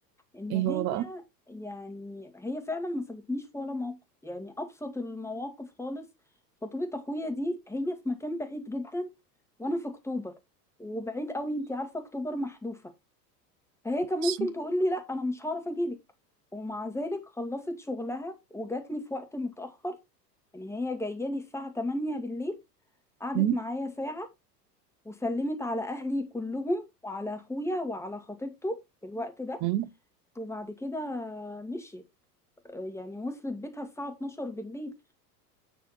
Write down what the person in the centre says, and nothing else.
ان
هي
يعني هي فعلا ما سابتنيش في ولا موقف يعني ابسط المواقف خالص خطوبه اخويا دي هي في مكان بعيد جدا وانا في اكتوبر وبعيد قوي انتي عارفه اكتوبر محذوفه فهي كان
ممكن تقول لي لا انا مش هعرف اجيلك ومع ذلك خلصت شغلها وجات لي في وقت متاخر يعني هي جايه لي الساعه 8 بالليل قعدت
معايا ساعة وسلمت على اهلي كلهم وعلى اخويا وعلى خطيبته في الوقت ده
وبعد كده مشيت آه، يعني وصلت بيتها الساعة 12 بالليل